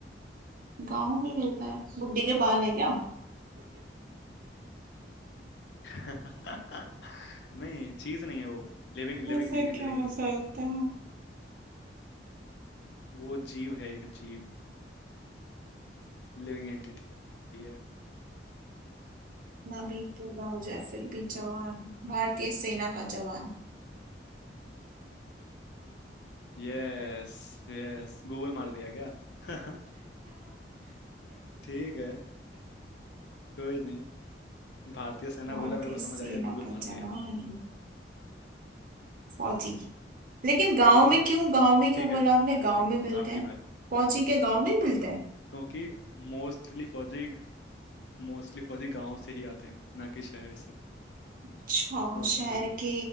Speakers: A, on the right; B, on the left.
A: गाँव में मिलता है बुड्ढी के बाल है क्या
B: <laughs> नहीं चीज नहीं है वो लिविंग लिविंग
A: ऐसा
B: बीइंग है
A: क्या
B: लिविंग
A: हो
B: बीइंग
A: सकता है
B: वो जीव है एक जीव लिविंग एंटिटी है
A: ना भी बूढ़ा हो जाए फिर भी जवान भारतीय सेना का जवान
B: यस यस गूगल मार दिया क्या <laughs> ठीक है कोई नहीं भारतीय सेना
A: भारतीय
B: बोला मेरे को
A: सेना
B: समझ आ गया गूगल
A: का
B: मार दिया
A: जवान फौजी लेकिन गांव
B: ठीक
A: में
B: है
A: क्यों गांव में क्यों
B: ठीक
A: बोला
B: है
A: आपने
B: आपकी
A: गांव में मिलते
B: आपकी
A: हैं
B: बात
A: फौजी के गांव में ही मिलते हैं
B: क्योंकि मोस्टली फौजी मोस्टली फौजी गांव से ही आते हैं ना कि शहर से
A: अच्छा
B: मोस्टली
A: शहर के